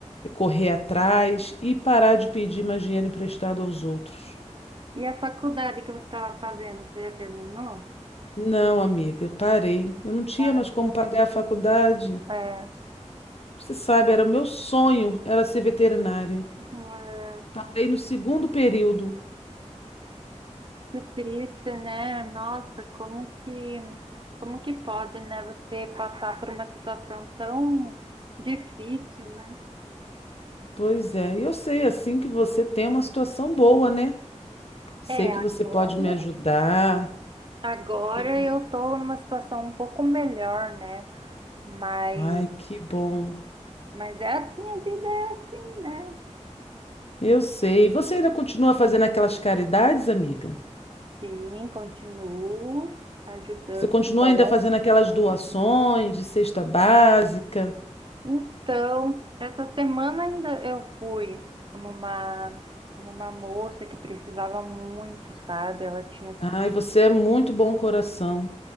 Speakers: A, on the left; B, on the right.
A: correr atrás e parar de pedir mais dinheiro emprestado aos outros.
B: E a faculdade que você estava fazendo, você já terminou?
A: Não, amiga, parei. Eu não tinha
B: Parou.
A: mais como pagar a faculdade.
B: É,
A: Você sabe, era o meu sonho, era ser veterinária.
B: é.
A: Parei no segundo período.
B: Que triste, né? Nossa, como que, como que pode, né, você passar por uma situação tão difícil, né?
A: Pois é, e eu sei assim que você tem uma situação boa, né? Sei
B: É,
A: que
B: agora,
A: você pode me ajudar.
B: agora
A: Sei que-
B: eu tô numa situação um pouco melhor, né? Mas,
A: Ai, que bom.
B: mas é assim, a vida é assim, né?
A: Eu sei. Você ainda continua fazendo aquelas caridades, amiga?
B: Sim, continuo ajudando
A: Você continua
B: o próximo,
A: ainda fazendo aquelas doações
B: sim.
A: de cesta básica?
B: Então, essa semana ainda eu fui numa, numa moça que precisava muito, sabe? Ela tinha,
A: Ai, você é muito bom coração.